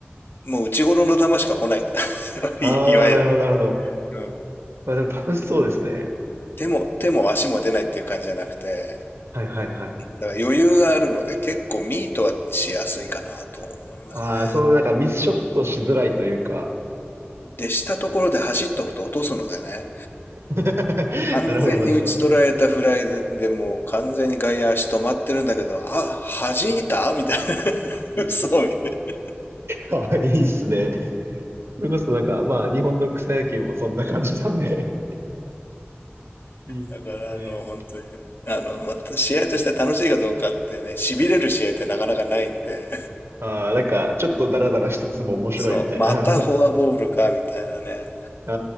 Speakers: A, on the left; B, on the right.
A: もう内頃の球しか来ないって感じ
B: ああ、
A: <laughs> い、いわゆる。
B: なるほど、なるほど。
A: うん。
B: まあでも楽しそうですね。
A: 手も、手も足も出ないっていう感じじゃなくて、
B: はいはいはい。
A: だから余裕があるので結構ミートはしやすいかなと思いますね。
B: ああ、そのなんかミスショットしづらいというか。
A: で、したところで走っとくと落とすのでね、
B: <laughs>
A: 完全に打ち取られたフライで、
B: なるほど、なるほど。
A: でもう完全に外野足止まってるんだけど、あ、弾いたみたいな。<laughs> 嘘みたい
B: あいいっすね。それこそなんか、まあ、日本の草野球もそんな感じなんで。いいっすね。
A: な。だからあの、本当にね。あの、また試合として楽しいかどうかってね、痺れる試合ってなかなかないんで、
B: ああ、なんか、ちょっとダラダラしつつも面白いみたいな。
A: そう、またフォアボールか、みたいなね、
B: <laughs> あ